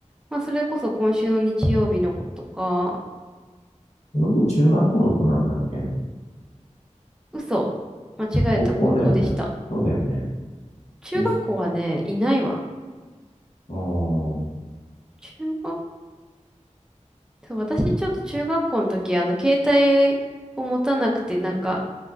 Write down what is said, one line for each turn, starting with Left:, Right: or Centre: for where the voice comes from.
Centre: まあ、それこそ今週の日曜日のことか、
Left: この子中学校の子なんだっけ
Centre: 嘘、間違えた高校でした。
Left: 高校だよね。そうだよね。
Centre: 中学校はね、
Left: よし
Centre: いないわ。
Left: あー
Centre: 中学そう、私ちょっと中学校の時、あの、携帯を持たなくて、なんか、